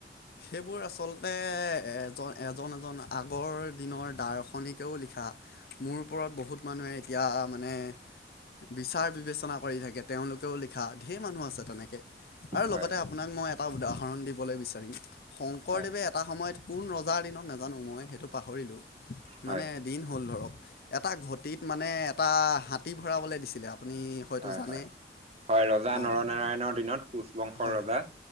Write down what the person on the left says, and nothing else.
সেইবোৰ আচলতে এজ এজন, এজন আগৰ দিনৰ দাৰ্শনিকেও লিখা মোৰ ওপৰত বহুত। মানুহে এতিয়া মানে বিচাৰ বিবেচনা কৰি থাকে তেওঁলোকেও লিখা। ঢেৰ মানুহ আছে তেনেকৈ আৰু
লগতে আপোনাক মই এটা উদাহৰণ দিবলৈ বিচাৰিম। শংকৰদেৱে
এটা সময়ত কোন ৰজাৰ দিনত নাজানো মই সেইটো পাহৰিলোঁ
মানে। দিন হ'ল ধৰক এটা ঘটিত মানে এটা হাতী ভৰাবলৈ দিছিলে। আপুনি হয়তো
জানে
অ
হয়,
হয়।